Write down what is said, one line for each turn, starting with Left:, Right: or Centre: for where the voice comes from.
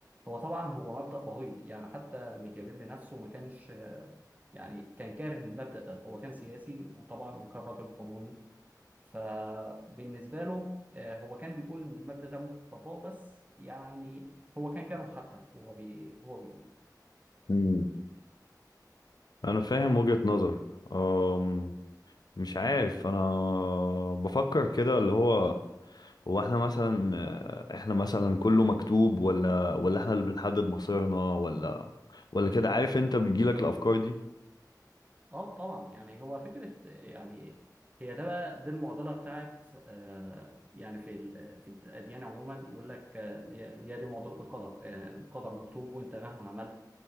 Right: هو طبعا هو مبدأ بغيض يعني حتى ميكافيلي نفسه ما كانش آه، يعني كان كاره المبدأ ده هو كان سياسي وطبعا وكان راجل قانوني فبالنسبة له آه، هو كان بيقول إن المبدأ ده ممكن تطبقه بس يعني هو كان كاره حتى هو بي هو بيقول
Left: امم انا فاهم وجهة نظرك أم، مش عارف انا بفكر كده اللي هو هو احنا مثلا احنا مثلا كله مكتوب ولا ولا احنا اللي بنحدد مصيرنا ولا ولا كده عارف انت بتجيلك الافكار دي
Right: اه طبعا يعني هو فكره يعني هي ده بقى دي المعضله بتاعت آه، يعني في ال- في الاديان عموما يقول لك آه، اللي هي دي معضله القدر آه، القدر مكتوب وانت مهما عملت